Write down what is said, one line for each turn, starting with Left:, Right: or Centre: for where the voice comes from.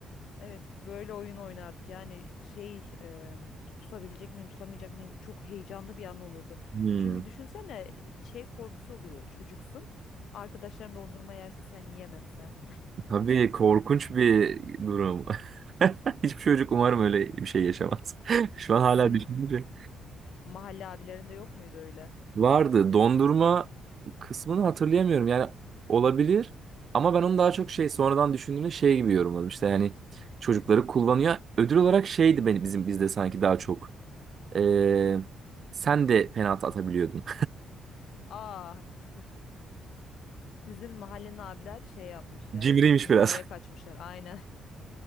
Left: Evet, böyle oyun oynardık. Yani şey e, tutabilecek miyim, tutamayacak mıyım? Çok heyecanlı bir an olurdu.
Right: Hmm.
Left: Çünkü düşünsene şey korkusu oluyor. Çocuksun. Arkadaşların dondurma yerse sen yiyemezsen.
Right: Tabii korkunç bir durum. <laughs> Hiçbir çocuk umarım öyle bir şey yaşamaz. <laughs> Şu
Left: Sizin
Right: an hala düşününce.
Left: mahalle abilerinde yok muydu öyle?
Right: Vardı. Dondurma kısmını hatırlayamıyorum. Yani olabilir ama ben onu daha çok şey sonradan düşündüğümde şey gibi yorumladım. İşte yani çocukları kullanıyor. Ödül olarak şeydi benim bizim bizde sanki daha çok. Ee, sen de penaltı atabiliyordun.
Left: Aa. <laughs> Sizin mahallenin abiler şey yapmış ya.
Right: <laughs> Cimriymiş biraz.
Left: Kolaya kaçmışlar aynen.